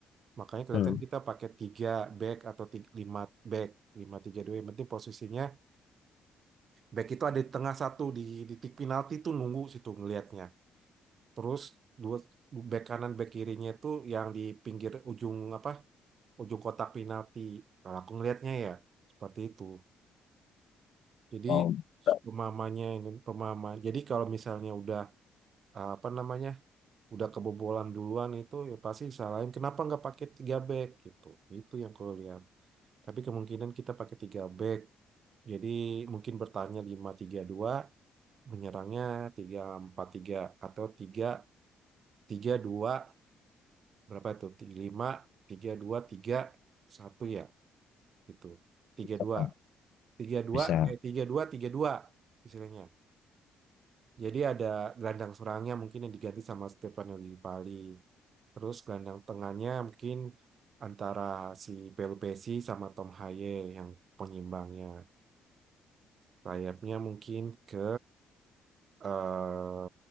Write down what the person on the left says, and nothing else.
Hmm.
Oh, tak
bisa
Kak.
bisa